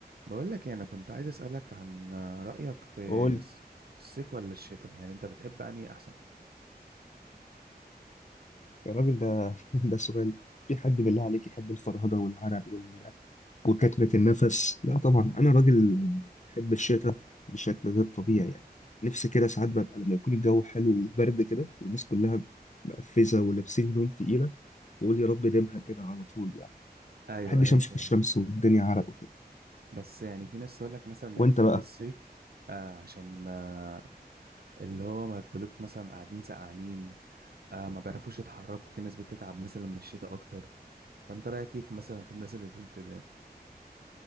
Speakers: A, on the right; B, on the left.
A: بقول لك إيه، انا كنت عايز اسالك عن رايك في
B: قول
A: الص- في الصيف ولا الشتاء يعني انت بتحب انهي احسن
B: يا راجل ده <laughs> ده سؤال في حد بالله عليك يحب الفرهدة والعرق وال... وكتمة النفس لا طبعا أنا راجل بحب الشتاء بشكل غير طبيعي يعني نفسي كده ساعات ببقى لما يكون الجو حلو وبرد كده والناس كلها مقفزة ولابسين هدوم تقيلة وأقول يا رب ديمها كده على طول يعني
A: ايوه
B: ما بحبش
A: ايوه
B: أمشي
A: فاهم
B: في الشمس والدنيا عرق وكده
A: بس يعني في ناس تقول لك مثلا ان
B: وأنت
A: هي بتحب
B: بقى
A: الصيف آه عشان آه اللي هو ما يفضلوش مثلا قاعدين سقعانين آه ما بيعرفوش يتحركوا في ناس بتتعب مثلا من الشتاء اكتر فانت رايك كيف مثلا في الناس اللي بتقول كده يعني؟